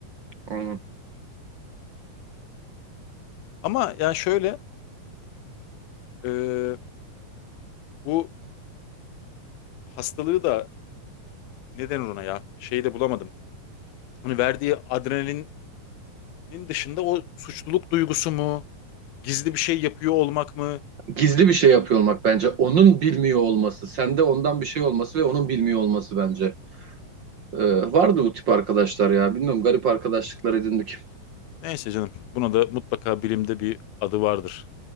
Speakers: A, on the right (about 75°); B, on the left (about 80°).
A: Hı.
B: Ama yani şöyle e, bu hastalığı da neden ona ya? Şeyi de bulamadım. Hani verdiği adrenalinin dışında o suçluluk duygusu mu? Gizli bir şey yapıyor olmak mı?
A: Gizli bir şey yapıyor olmak bence. Onun bilmiyor olması. Sende ondan bir şey olması ve onun bilmiyor olması bence. Ee, vardı bu tip arkadaşlar ya. Bilmiyorum garip arkadaşlıklar edindik.
B: Neyse canım. Buna da mutlaka bilimde bir adı vardır.